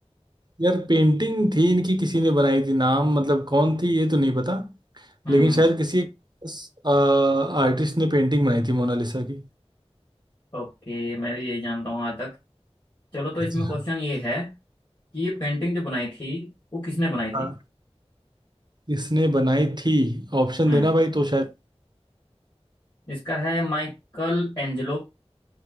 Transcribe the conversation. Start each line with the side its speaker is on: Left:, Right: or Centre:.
Right: यार पेंटिंग थी इनकी किसी ने बनाई थी नाम मतलब कौन थी ये तो नहीं पता
Left: हम्म
Right: लेकिन
Left: हम्म
Right: शायद किसी एक आर्टिस्ट ने पेंटिंग बनाई थी मोनालिसा की
Left: ओके मैं भी यही जानता हूँ आज तक चलो तो इसमें
Right: अच्छा
Left: क्वेश्चन ये है कि ये पेंटिंग जो बनाई थी वो किसने बनाई थी
Right: हाँ इसने बनाई थी ऑप्शन
Left: हम्म
Right: देना भाई तो शायद
Left: इसका है Michelangelo